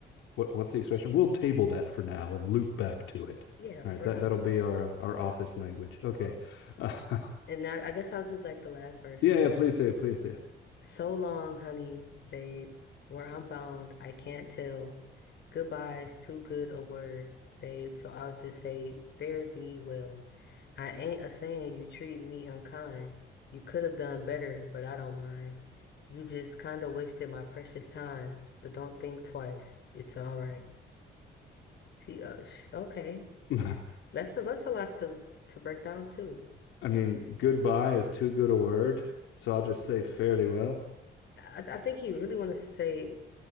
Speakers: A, on the left; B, on the left.
A: what, what's the expression? We'll table that for now and loop back to it.
B: Yeah,
A: All
B: for
A: right, that,
B: now.
A: that'll be our, uh, our office language. Okay. Uh, <laughs>
B: And I, I guess I'll do like the last verse
A: yeah,
B: too.
A: yeah, please do, please do.
B: So long, honey, babe, where I'm bound, I can't tell. Goodbye's too good a word, babe, so I'll just say, fare thee well. I ain't a saying you treat me unkind. You could have done better, but I don't mind. You just kind of wasted my precious time, but don't think twice. It's all right. He, uh, sh- okay.
A: <laughs>
B: That's a, that's a lot to, to break down too.
A: I mean, goodbye is too good a word, so I'll just say fairly well.
B: I, I think he really want to say.